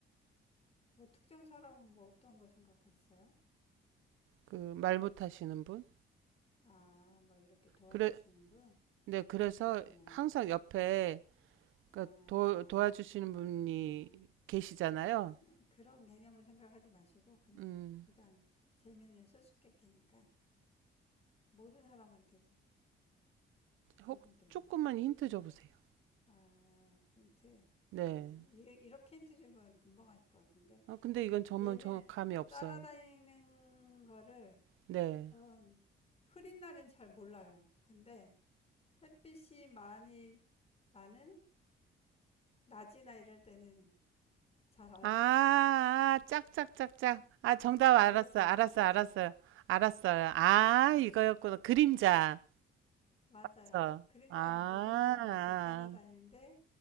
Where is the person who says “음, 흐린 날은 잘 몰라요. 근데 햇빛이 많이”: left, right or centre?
Left